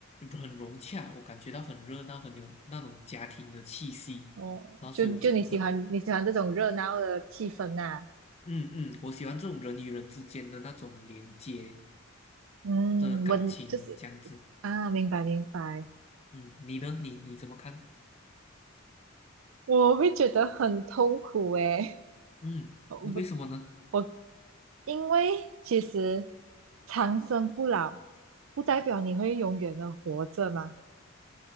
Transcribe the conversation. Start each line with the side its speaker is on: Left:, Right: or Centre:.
Left: 很融洽，我感觉到很热闹，很有那种家庭的气息，
Right: 哦，
Left: 然后所以我觉得很，
Right: 就就你喜欢你喜欢这种热闹的气氛呐、
Left: 嗯嗯，嗯我喜欢这种人与人之间的那种连接
Right: 嗯，
Left: 的感情，
Right: 我就是
Left: 这样子。
Right: 啊，明白明白，
Left: 嗯，你呢？你你怎么看？
Right: 我会觉得很痛苦诶，
Left: 嗯，
Right: <laughs> 我不
Left: 为什么呢？
Right: 我因为其实长生不老不代表你会永远的活着嘛，